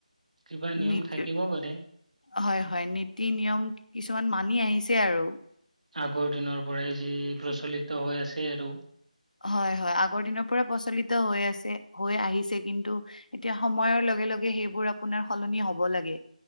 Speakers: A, on the right (about 60°); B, on the left (about 75°).
A: কিবা নিয়ম
B: নীতি
A: থাকিব পাৰে?
B: হয়, হয়, নীতি-নিয়ম কিছুমান মানি আহিছে আৰু।
A: আগৰ দিনৰ পৰাই যি, প্ৰচলিত হৈ আছে আৰু।
B: হয়, হয়! আগৰ দিনৰ পৰা প্ৰচলিত হৈ আছে, হৈ আহিছে। কিন্তু, এতিয়া, সময়ৰ লগে লগে সেইবোৰ আপোনাৰ সলনি হ'ব লাগে।